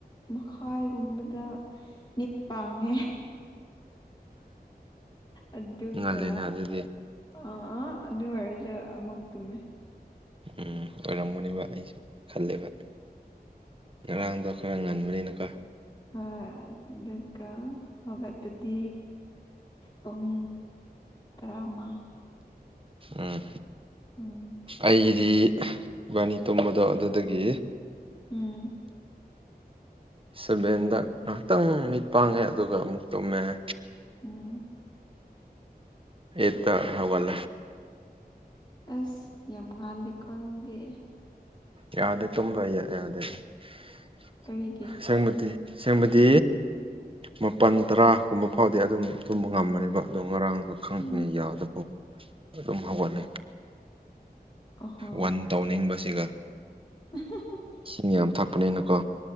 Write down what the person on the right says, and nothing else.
ꯉꯜꯂꯦꯅ ꯑꯗꯨꯗꯤ
ꯎꯝ ꯑꯣꯏꯔꯝꯃꯨꯅꯦꯕ ꯑꯩꯁꯨꯦ ꯈꯜꯂꯦꯕ ꯉꯔꯥꯡꯗꯣ ꯈꯔ ꯉꯟꯕꯅꯤꯅꯀꯣ
ꯎꯝ
ꯑꯩꯗꯤ ꯏꯕꯥꯅꯤ ꯇꯣꯝꯕꯗꯣ ꯑꯗꯨꯗꯒꯤ
ꯁꯚꯦꯟꯗ ꯉꯥꯏꯍꯥꯛꯇꯪ ꯃꯤꯠ ꯄꯥꯡꯉꯦ ꯑꯗꯨꯒ ꯑꯃꯨꯛ ꯇꯧꯃꯦꯦ
ꯑꯩ ꯇ ꯍꯒꯜ
ꯌꯥꯗ ꯇꯨꯝꯕ ꯌꯥꯗꯦꯁꯪꯕꯗꯤ
ꯁꯦꯡꯕꯗꯤ ꯃꯥꯄꯜ ꯇꯔꯥꯒꯨꯝꯕ ꯐꯥꯎꯗꯤ ꯑꯗꯨꯝ ꯇꯨꯝꯕ ꯉꯝꯃꯅꯦꯕ ꯑꯗꯣ ꯉꯔꯥꯡꯗꯣ ꯈꯪꯗꯉ
ꯌꯥꯗꯕ ꯑꯗꯨꯝ ꯍꯧꯒꯠꯅꯩ
ꯋꯥꯟ ꯇꯧꯅꯤꯡꯕꯁꯤꯒ
ꯏꯁꯤꯡ ꯌꯥꯝ ꯊꯛꯄꯅꯤꯅꯀꯣ